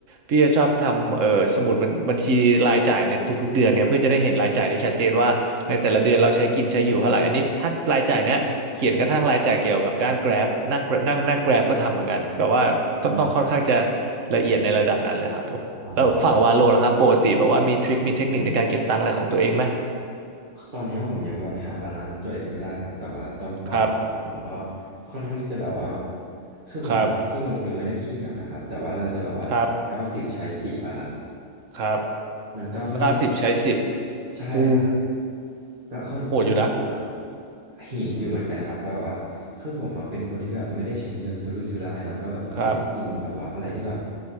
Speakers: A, on the right; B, on the right.
A: พี่จะชอบทำเอ่อสมุดบัญบัญชีรายจ่ายในทุกๆเดือนเนี่ยเพื่อจะได้เห็นรายจ่ายได้ชัดเจนว่าในแต่ละเดือนเราใช้กินใช้อยู่เท่าไหร่อันนี้ถ้ารายจ่ายเนี้ยเขียนกระทั่งรายจ่ายเกี่ยวกับด้าน Grab นั่ง Grab- นั่งนั่ง Grab ก็ทำเหมือนกันแบบว่าต้องต้องค่อนข้างจะ
B: อืม
A: ละเอียดในระดับนั้นเลยครับผมแล้วฝั่งวาโลล่ะครับปกติแบบว่ามีทริคมีเทคนิคในการเก็บตังค์อะไรของตัวเองไหม
B: อ่า ตอนเนี้ยผมยังแบบหาบาลานซ์ตัวเองไม่ได้ครับแต่ว่าตอนก่อนผมก็
A: ครับ
B: ค่อนข้างที่จะแบบว่าคือผมไม่ได้ขี้งกหรือไม่ได้ขี้เหนียวนะครับแต่ว่าเราจะแบบว่าเก้าสิบใช้สิบอะครับ
A: ครับครับครับ
B: มันก็ค่อนข้าง
A: เก้าสิบใช้สิบ
B: ใช่ครับ
A: หู
B: ก็ค่อนค่อนข้างจะแบบ
A: โหดอยู่นะ
B: หินอยู่เหมือนกันครับเพราะแบบว่าคือผมอะเป็นคนที่แบบไม่ได้ใช้เงินสุรุ่ยสุร่ายแล้วก็แบบไม่ได้กินแบบว่าอะไรที่แบบ
A: ครับ